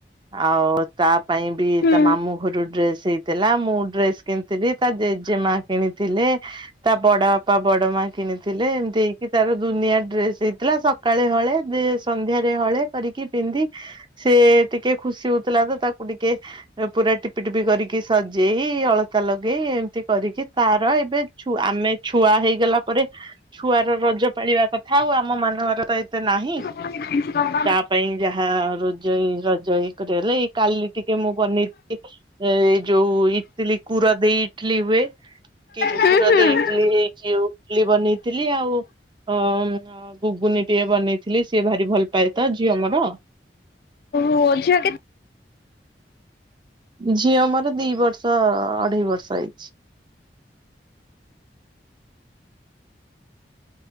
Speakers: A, on the right; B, on the left.
A: ଆଉ ତା ପାଇଁ ବି
B: ହୁଁ।
A: ତା ମାମୁଁ ଘରୁ ଡ୍ରେସ୍ ହେଇଥିଲା ମୁଁ ଡ୍ରେସ୍ କିଣିଥିଲି ତା ଜେଜେମା କିଣିଥିଲେ। ତା ବଡ଼ ଆ ପା ବଡ଼ ମା କିଣିଥିଲେ ଏମିତି ହେଇକି ତାର ଦୁନିଆ ଡ୍ରେସ୍ ହେଇଥିଲା ସକାଳେ ହଳେ ଦେସ୍ ସନ୍ଧ୍ୟାରେ ହଳେ କରିକି ପିନ୍ଧି ସେ ଟିକେ ଖୁସି ହୋଉଥୁଲା ତ ତାକୁ ଟିକେ ରେ ପୁରା ଟିପି ଟିପି କରିକି ସଜେଇ ଅଳ ତା ଲଗେଇ ଏମତି କରିକି ତାର ଏବେ ଛୁ ଆମେ ଛୁଆ ହେଇଗଲା ପରେ ଛୁଆର ରଜ ପାଳିବା କଥା ଆଉ ଆମମାନଙ୍କର ତ ଏତେ ନାହିଁ।
B: ଶୁଣିଛି ତ ମୁଁ
A: ତା ପାଇଁ ଯାହା ରୋଜ ଇଁ ରଜ ଇ କରିବାଲାଗି କାଲି ଟିକେ ମୁଁ ବନେଇ ଇ ଏ ଯୋଉ ଇଟିଲି କୁର ଦେଇ ଇଟିଲି ହୁଏ। କିରୁ
B: ହୁଁ
A: କୁର
B: ହୁଁ।
A: ଦେଇ ଇଟଲି ହେଇକିଉ ଲି ବନେଇଥିଲି ଆଉ। ଅ ଉଁ ଅ ଗୁଗୁନି ଟିକେ ବନେଇଥିଲି ସିଏ ଭାରି ଭଲ ପାଏ ତ ଝିଅ ମୋର।
B: ଓ ଝିଅ କେ
A: ଝିଅ ମୋର ଦି ବର୍ଷ ଅଢ଼େଇ ବର୍ଷ ହେଇଛି।